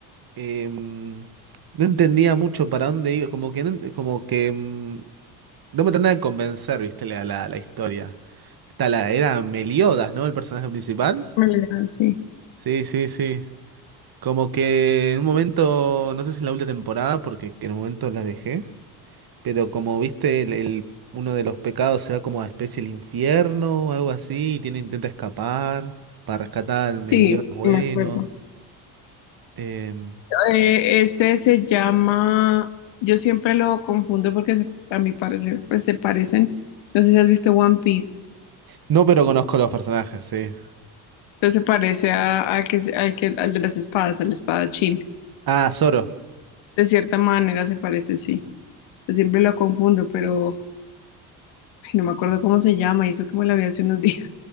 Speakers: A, on the right (about 45°); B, on the left (about 65°).
A: em, no entendía mucho para dónde iba, como que, no ent- como que mm, no me terminaba de convencer, viste, la, la, la historia. Está la, era Meliodas, ¿no? El personaje principal.
B: me la- sí.
A: Sí, sí, sí. Como que en un momento, no sé si en la última temporada, porque en un momento la dejé, pero como viste, el, el- uno de los pecados se va como a especie el infierno o algo así, y tiene, intenta escapar para rescatar al
B: Sí,
A: Meliodas bueno.
B: me acuerdo.
A: Em,
B: Eh, este se llama, yo siempre lo confundo porque se- a mi parecer pues se parecen, no sé si has visto One Piece,
A: no, pero conozco los personajes, sí.
B: entonces se parece a, al que, se- al que, al de las espadas, al espadachín,
A: Ah, Zoro.
B: de cierta manera se parece, sí, yo siempre lo confundo, pero ay, no me acuerdo cómo se llama y eso que me la vi hace unos <laughs> días.